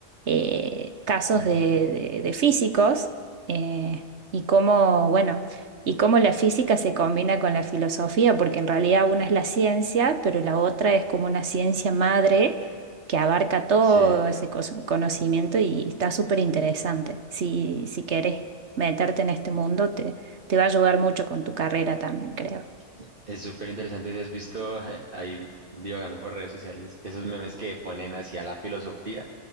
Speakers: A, on the right; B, on the right.
A: eh, casos
B: Ujú.
A: de, de- de físicos eh, y cómo, bueno, y cómo la física se combina con la filosofía, porque en realidad una es la ciencia, pero la otra es como una ciencia madre que abarca todo
B: Sí,
A: ese cos- conocimiento y está súper interesante. Si, si querés meterte en este mundo, te, te va a ayudar mucho con tu carrera también, creo.
B: e- es súper interesante si has visto <laughs> ahí divagando por redes sociales esos memes que ponen hacia la filosofía